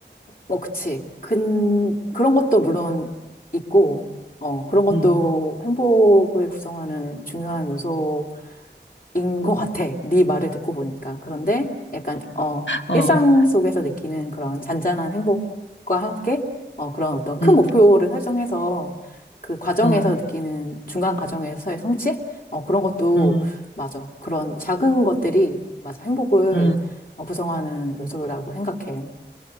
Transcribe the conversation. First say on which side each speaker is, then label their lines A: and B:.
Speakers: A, on the left (about 45°); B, on the left (about 75°).
A: 어, 그치. 근, 그런 것도 물론 있고, 어, 그런 것도
B: 음,
A: 행복을 구성하는 중요한 요소가 인 것 같아. 네 말을 듣고 보니까. 그런데 약간 어
B: 어,
A: 일상 속에서 느끼는 그런 잔잔한 행복과 함께 어 그런 어떤 큰
B: 음,
A: 목표를 설정해서 그 과정에서
B: 어,
A: 느끼는 중간 과정에서의 성취? 어 그런 것도
B: 음,
A: 맞아. 그런 작은 것들이 맞아. 행복을
B: 음.
A: 어, 구성하는 요소라고 생각해.